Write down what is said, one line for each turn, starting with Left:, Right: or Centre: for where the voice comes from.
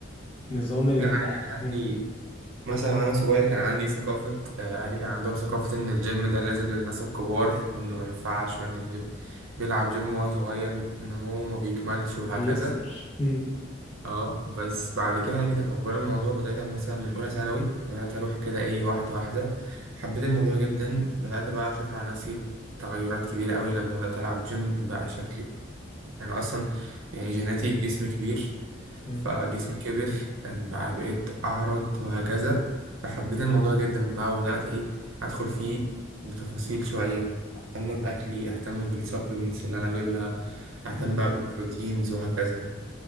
Left: نظام ال
Right: لا انا كان عندي
Left: م-
Right: مثلا وانا صغير كان عندي ثقافة آه، اهلي كان عندهم ثقافة ان الجيم ده لازم للناس الكبار وانه ما ينفعش وان اللي بيلعب جيم وهو صغير نموه ما بيكملش
Left: بيأثر
Right: وهكذا
Left: م-
Right: اه بس بعد كده يعني تقبل الموضوع بداية مثلا من اولى ثانوي بدأت اروح كده ايه واحدة واحدة حبيت الموضوع جدا بدأت بقى اشوف على نفسي تغيرات كبيرة قوي لما بدأت العب جيم بقى شكلي انا اصلا يعني جيناتي جسم كبير
Left: م-
Right: فجسمي كبر بقى بقيت اعرض وهكذا فحبيت الموضوع جدا بقى وبدات ايه ادخل فيه بتفاصيل شويه اهتم باكلي اهتم بالسبلمنتس اللي انا اجيبها اهتم
Left: م.
Right: بقى بالبروتينز وهكذا